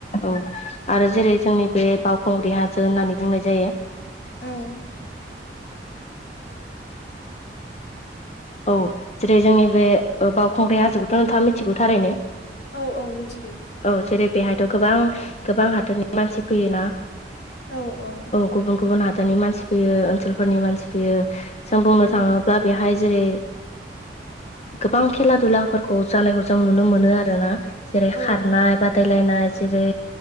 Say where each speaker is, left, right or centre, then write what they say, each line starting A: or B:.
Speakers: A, on the left; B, on the left.
A: औ आरो जेरै जोंनि बे बावखुंग्रि हाजो होननानै बुंनाय जायो
B: औ
A: औ जेरै जोंनि बे बावखुंग्रि हाजोखौथ' नोंथाङा मिथिगौ थारैनो
B: औ औ मिथिगौ
A: औ जेरै बेहायथ' गोबां गोबां हादोरनि मानसि फैय ना
B: औ औ
A: गुबुन गुबुन हादरनि मानसि फैयो ओनसोलफोरनि मानसि फैयो जों बुंनो
B: औ
A: थाङोब्ला बेहाय जेरै गोबां खेला दुलाफोरखौ जानायखौ जों नुनो मोनो आरो ना जेरै
B: औ
A: खारनाय
B: औ
A: बादायलायनाय जेरै